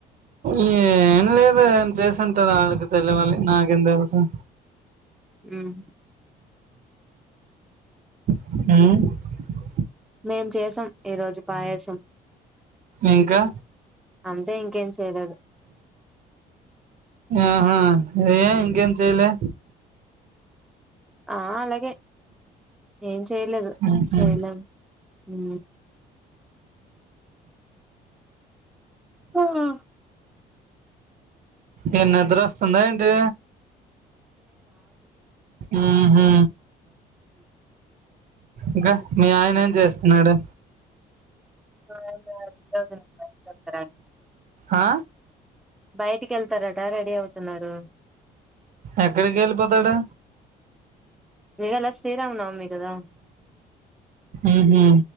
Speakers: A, on the right; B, in the centre.
A: ఏ ఏం లేదు ఏం చేసుంటారు వాళ్లకి తెలియాలి నక్ ఏంది తెలుసు
B: హ్మ్
A: ఉ
B: మేం చేసాం ఈ రోజు పాయసం
A: ఇంకా
B: అంతే ఇంకేం చెయ్యలేదు
A: ఆహా ఏ ఇంకేం చెయ్యలే
B: ఆ అలాగే ఏం చెయ్యలేదు
A: ఉహు,
B: చేయలేం యూ హా
A: ఏం నిద్ర వస్తుందా ఏంటి ఉహు
B: అ
A: ఇంకా మీ ఆయన ఏం చేస్తున్నాడు
B: మా ఆయన <unintelligible> చేతాడు
A: ఆ
B: బయటికి వెళ్తారట రెడీ అవుతున్నారు
A: ఎక్కడికి వెళ్ళిపోతాడు
B: ఇవాళ శ్రీరామనవమి కద
A: ఉహు